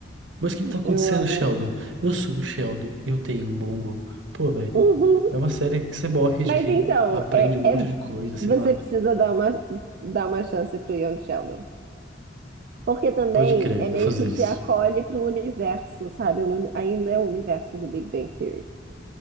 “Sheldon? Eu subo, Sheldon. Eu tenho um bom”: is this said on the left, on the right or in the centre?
Right